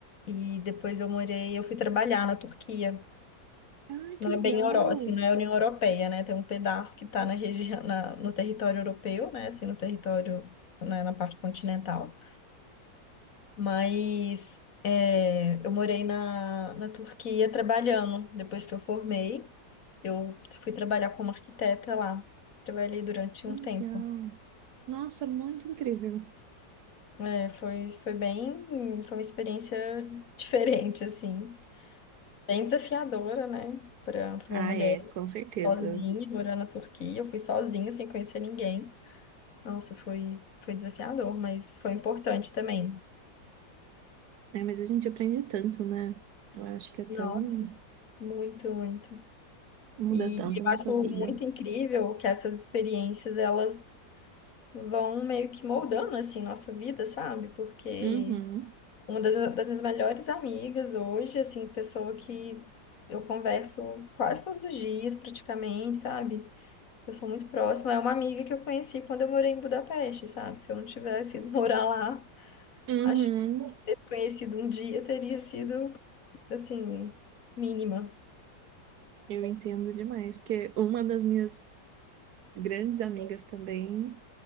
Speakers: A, on the left; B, on the right.
A: E depois eu morei, eu fui trabalhar na Turquia.
B: Ah,
A: Não
B: que
A: é
B: legal,
A: bem Euro, assim, não é União Europeia, né? Tem um pedaço que está na região, na- no território europeu, né? Assim, no território, né, na parte continental. Mas é, eu morei na, na Turquia trabalhando. Depois que eu formei, eu fui trabalhar como arquiteta lá. Trabalhei durante
B: que
A: um
B: legal.
A: tempo.
B: Nossa, muito incrível.
A: É, foi, foi bem, foi uma experiência diferente, assim. Bem desafiadora, né? para
B: Ah,
A: uma mulher
B: é, com certeza.
A: sozinha, morando na Turquia. Eu fui sozinha, sem conhecer ninguém. Nossa, foi, foi desafiador, mas foi importante também.
B: É, mas a gente aprende tanto, né? Eu acho que é tão...
A: Nossa, muito, muito.
B: muda
A: E,
B: tanto
A: e eu
B: a nossa
A: acho
B: vida.
A: muito incrível que essas experiências, elas vão meio que moldando, assim, nossa vida, sabe? Porque
B: Uhum.
A: uma das, das minhas melhores amigas hoje, assim, pessoa que eu converso quase todos os dias, praticamente, sabe? Eu sou muito próxima. É uma amiga que eu conheci quando eu morei em Budapeste, sabe? Se eu não tivesse ido <laughs> morar lá,
B: Uhum.
A: acho que ter se conhecido um dia teria sido, assim, mínima.
B: Eu entendo demais, porque uma das minhas grandes amigas também,